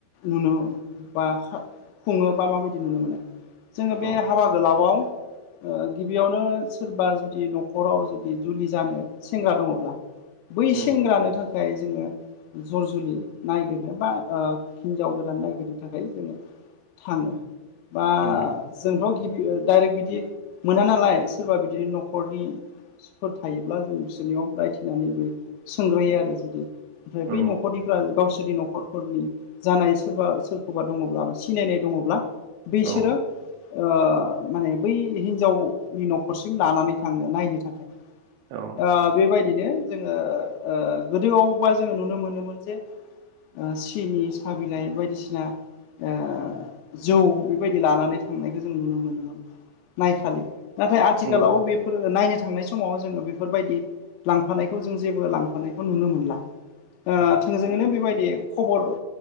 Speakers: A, on the left (about 85°); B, on the right (about 80°).
A: नुनो बा खा खुंङो बा माबायदि नुनो मोनो जोङो
B: औ
A: बे हाबा गोलावाव ओ गिबियावनो सोरबा जुदि न'खराव जुदि जुलि जानो सेंग्रा दंङब्ला बै
B: उम
A: सेंग्रानो था खाय जोङो जर जुलि नायगिरनो बा ओ हिनजाव गोदान ननायागिर थाखाय जोङो थाङो बा
B: उम
A: जोंथ' गिबि डाइरेक्ट बिदि मोना नालाय सोरबा बिदिनो न'खरनि फोर थायोब्ला जों बिसोरनियाव रायथिनानैबो सोंग्रोयो आरो जुदि ओमफ्राय
B: औ
A: बै न'खरनिफ्रा गावसोरनि न'खरफोरनि जानाय सोरबा सोर खौबा दंङब्ला बा सिनायनाय दंङब्ला बिसोरो
B: औ
A: ओ माने बै हिनजावनि न'खरसिम लानानै थाङो नायनो थाखाय।
B: औ
A: ओ बेबायदिनो जोङो ओ गोदोआवबा जोङो नुनो मोनोमोन जे ओ सिनि साहा बिलाइ बायदिसिना ओ जौ बेबायदि लानानै थांनायखौ जों नुनो मोनोमोन नायखालि। नाथाय आथिखालाव
B: उम उम
A: बेफोर नायनो थांनाय समाव जोङो बेफोरबायदि लांफानायखौ जों जेबो लांफानायखौ नुनो मोनला। ओ थोंजोङैनो बेबायदि खबर